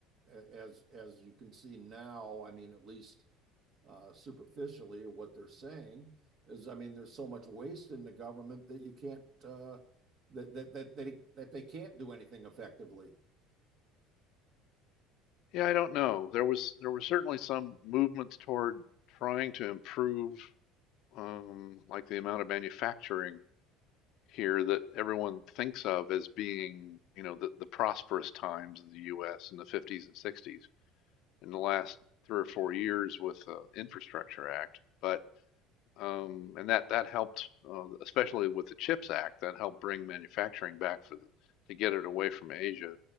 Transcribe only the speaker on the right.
as as you can see now, I mean, at least uh, superficially, or what they're saying is, I mean, there's so much waste in the government that you can't, uh, that that that they that they can't do anything effectively.